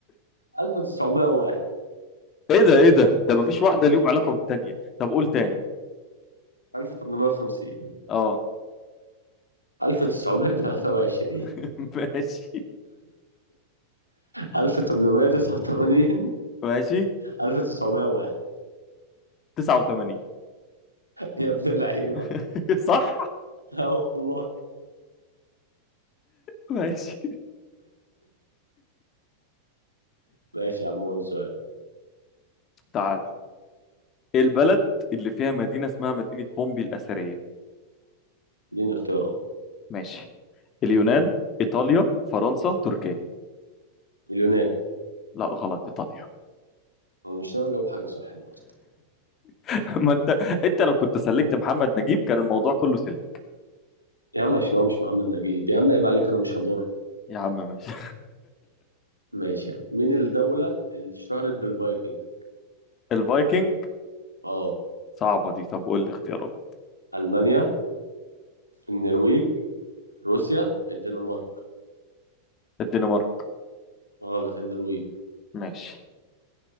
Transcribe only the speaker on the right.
1901
1850
1923
1889
1901
يا ابن اللعيبه <laughs>
اه والله
ماشي يا عم قول سؤال
اديني اختيارات
اليونان
انا مش ناوي اجاوب حاجه صح النهارده
يا عم عشان هو مش محمد نجيب يا عم عيب عليك انا مش هضر
ماشي يا عم مين الدوله اللي اشتهرت بالفايكنج
اه
المانيا النرويج روسيا الدنمارك
غلط النرويج